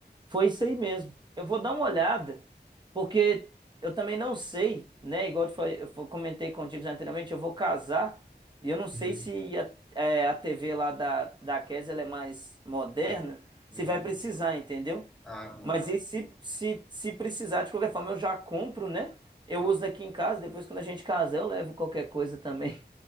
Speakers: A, on the right; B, in the centre.
A: foi isso aí mesmo. Eu vou dar uma olhada, porque eu também não sei, né? Igual eu, te falei- eu fo- comentei contigo já anteriormente, eu vou casar e eu não sei
B: Uhum.
A: se a, é, a TV lá da, da Kes, ela é mais moderna,
B: Uhum.
A: se vai precisar, entendeu?
B: Ah, boa.
A: Mas e se, se, se precisar, de qualquer forma, eu já compro, né? Eu uso aqui em casa, depois quando a gente casar, eu levo qualquer coisa também.